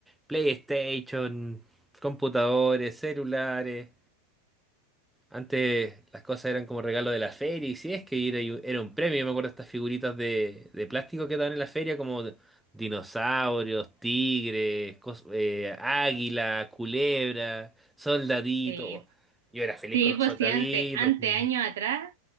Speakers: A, in the centre; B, on the right.
A: PlayStation, computadores, celulares. Antes las cosas eran como regalo de la feria, y si es que era, era un premio, yo me acuerdo de estas figuritas de, de plástico que daban en la feria, como dinosaurios, tigres, cos- eh, águila, culebra, soldaditos.
B: Sí,
A: Yo era feliz
B: sí,
A: con los
B: pues
A: soldaditos.
B: sí, antes, antes,
A: Mm.
B: años atrás,